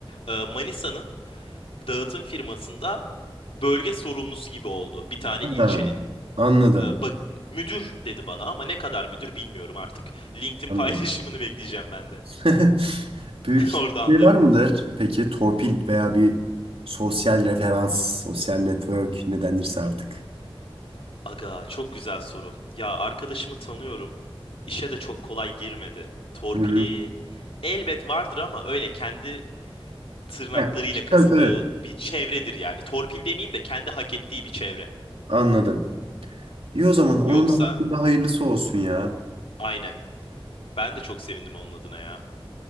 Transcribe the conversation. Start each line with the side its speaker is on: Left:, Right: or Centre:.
Left: e, Manisa'nın dağıtım firmasında bölge sorumlusu gibi oldu bir tane ilçenin.
Right: Ha, anladım.
Left: E, Bak müdür dedi bana ama ne kadar müdür bilmiyorum artık. LinkedIn
Right: Anladım.
Left: paylaşımını bekleyeceğim ben de.
Right: <laughs> Büyük
Left: <laughs> Orada anlarım.
Right: şeyler midir? Peki torpil veya bir sosyal referans, sosyal network ne denirse artık.
Left: Aga çok güzel soru. Ya arkadaşımı tanıyorum. İşe de çok kolay girmedi. Torpili
Right: Hı hı.
Left: elbet vardır ama öyle kendi tırnaklarıyla
Right: Evet,
Left: kazıdığı
Right: tabii tabii.
Left: bir çevredir yani. Torpil demeyeyim de kendi hak ettiği bir çevre.
Right: Anladım. İyi o zaman onun
Left: Yoksa
Right: da hakkında hayırlısı olsun ya.
Left: aynen. Ben de çok sevindim onun adına ya.